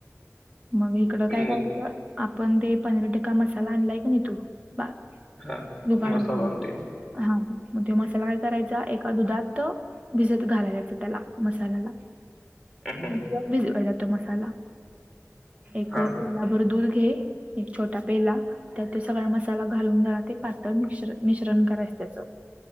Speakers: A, on the right; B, in the centre.
A: मग इकडं काय करायचं
B: मग
A: आपण ते पनीर टिक्का मसाला आणलाय का? नाही तो. बा
B: हा
A: दुकानातून
B: मसाला आणतोय की
A: हा. मग, ते मसाला काय करायचा? एका दुधात भिजत घालायच, त्याला मसाल्याला.
B: हम्म
A: म्हणजे, त्यात भिजवायचा तो मसाला एक
B: हा
A: पेल्ला
B: हम्म
A: भर दूध घे. एक छोटा पेला, त्यात ते सगळा मसाला घालून झाला. ते पातळ मिश्र-मिश्रण करायच त्याच